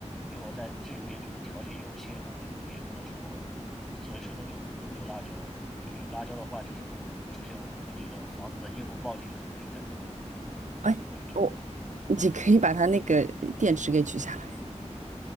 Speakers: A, in the centre; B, on the right (about 85°).
A: 因为我在这边就是条件也有限，我我也不能说随时都有都有辣椒，就有辣椒的话，就是我我首先我们这个房子的烟雾报警很敏感，
B: 哎，
A: 就这。
B: 我，你可以把它那个电池给取下来。